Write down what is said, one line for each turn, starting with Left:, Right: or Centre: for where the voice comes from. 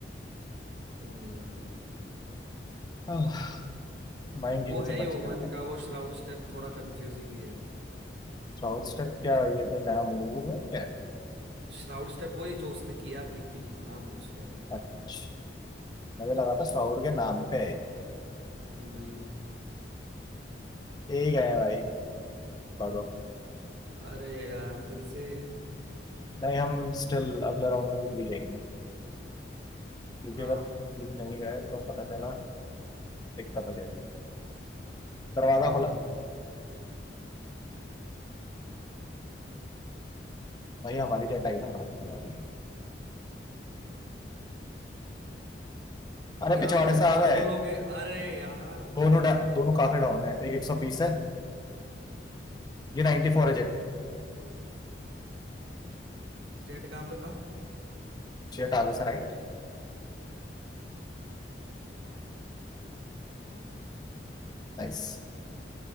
Right: हम्म,
Left: गया माइंड गेम
Right: वो
Left: से
Right: है
Left: बच
Right: ओमन
Left: के रहना
Right: का वो श्राउड स्टेप थोड़ा कंफ्यूजिंग ही है
Left: श्राउड स्टेप क्या ये कोई नया मूव है क्या
Right: श्राउड स्टेप वो ही जो उसने किया टीपी नाम है उसका वो
Left: अच्छा मुझे लगा था श्राउड
Right: हम्म,
Left: के नाम पे है
Right: नहीं नहीं
Left: ये ही गए भाई भगो।
Right: अरे यार फिर से
Left: नहीं हम स्टिल अगले राउंड में भी जाएंगे क्योंकि
Right: हाँ
Left: अगर
Right: हाँ
Left: भी नहीं गए तो पता चला दिक्कत हो जाएगी दरवाजा
Right: वही
Left: खोला भाई हमारी जेट आई ना हाँ चला रही है अरे
Right: यहाँ
Left: पिछवाड़े
Right: पे ऊपर
Left: से आ गए
Right: दो लोग हैं अरे यार
Left: दोनों डा, दोनों काफी डाउन है एक एक सौ बीस है ये नाइनटी फोर है जेट
Right: जेड कहाँ पे था
Left: जेट आगे से राइट नाइस